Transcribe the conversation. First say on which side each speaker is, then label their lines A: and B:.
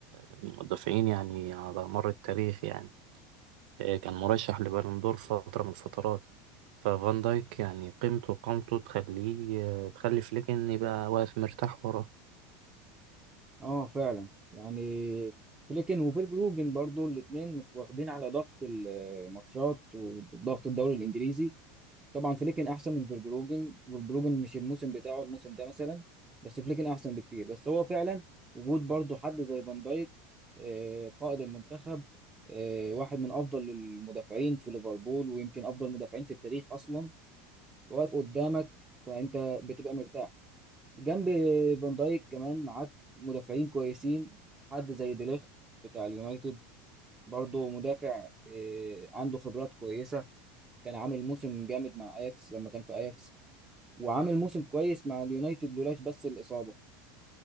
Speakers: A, on the right; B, on the right.
A: المدافعين يعني على مر التاريخ يعني آه، كان مرشح لبالون دور فترة من الفترات ففان دايك يعني قيمته وقامته تخليه آه، تخلي فليك إن يبقى واقف مرتاح وراه
B: اه فعلا يعني فليكن وفيربروجن برضو الاثنين واخدين على ضغط الماتشات وضغط الدوري الانجليزي طبعا فليكن احسن من فولبروجن فولبروجن مش الموسم بتاعه الموسم ده مثلا بس فليكن احسن بكتير بس هو فعلا وجود برضه حد زي فان دايك آه، قائد المنتخب آه، واحد من افضل المدافعين في ليفربول ويمكن افضل المدافعين في التاريخ اصلا واقف قدامك فانت بتبقى مرتاح جنب فان دايك كمان معاك مدافعين كويسين حد زي ديليخت بتاع اليونايتد برضه مدافع آه، عنده خبرات كويسة كان عامل موسم جامد مع اياكس لما كان في اياكس وعامل موسم كويس مع اليونايتد لولاش بس الإصابة